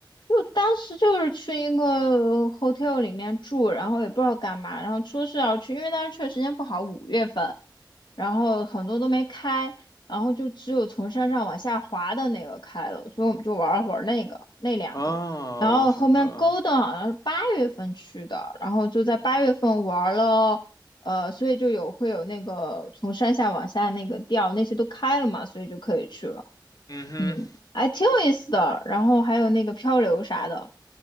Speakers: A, on the left (about 70°); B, on the left (about 50°).
A: 就当时就是去一个 hotel 里面住，然后也不知道干嘛，然后说是要去，因为当时去的时间不好，五月份。然后很多都没开，然后就只有从山上往下滑的那个开了，所以我们就玩了会儿那个那两个，
B: 啊，
A: 然后后面勾的好像是八月份去的，
B: 我想起来了。
A: 然后就在八月份玩了，呃，所以就有会有那个从山下往下那个吊，那些都开了嘛，所以就可以去了，
B: 嗯哼，
A: 嗯，还挺有意思的，然后还有那个漂流啥的，